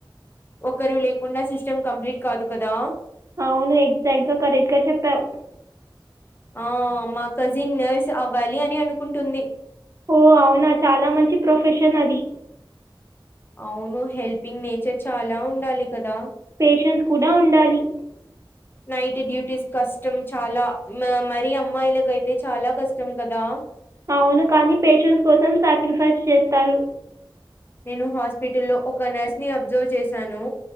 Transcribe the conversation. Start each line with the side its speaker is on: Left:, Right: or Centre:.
Left: ఒకరు లేకుండా సిస్టమ్ కంప్లీట్ కాదు కదా
Right: అవును ఎగ్జాక్ట్ గా కరెక్ట్ గా చెప్పావు
Left: ఆ మా కజిన్ నర్స్ అవ్వాలి. అని అనుకుంటుంది
Right: ఓ అవునా చాలా మంచి ప్రొఫెషన్ అది
Left: అవును. హెల్పింగ్ నేచర్ చాలా ఉండాలి. కదా
Right: పేషన్స్ కూడా ఉండాలి.
Left: నైట్ డ్యూటీస్ కష్టం చాలా మ మరి అమ్మాయిలకైతే చాలా కష్టం కదా
Right: అవును కాని పేషెన్స్ కోసం సాక్రిఫైస్ చేస్తారు.
Left: నేను హాస్పిటల్ లో ఒక నర్స్ ని అబ్జర్వ్ చేశాను.